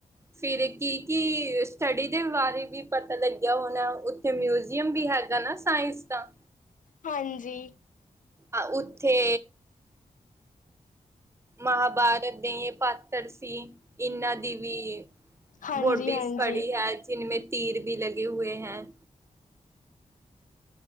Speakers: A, on the right (about 20°); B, on the left (about 70°).
A: ਫਿਰ ਕੀ ਕੀ ਸਟੱਡੀ ਦੇ ਬਾਰੇ ਵੀ ਪਤਾ ਲੱਗਿਆ ਹੋਣਾ ਉ ਉਥੇ ਮਿਊਜ਼ੀਅਮ ਵੀ ਹੈਗਾ ਨਾ ਸਾਇੰਸ ਦਾ।
B: ਹਾਂਜੀ
A: ਆ ਉੱਥੇ ਮਹਾਭਾਰਤ ਦੇ ਇਹ ਪਾਤਰ ਸੀ ਇਹਨਾਂ ਦੀ ਵੀ।
B: ਹਾਂਜੀ,
A: ਬੋਡੀਜ਼
B: ਹਾਂਜੀ।
A: ਪੜੀ ਹੈ ਜਿਨਮੇ ਤੀਰ ਵੀ ਲਗੇ ਹੋਏ ਹੈ।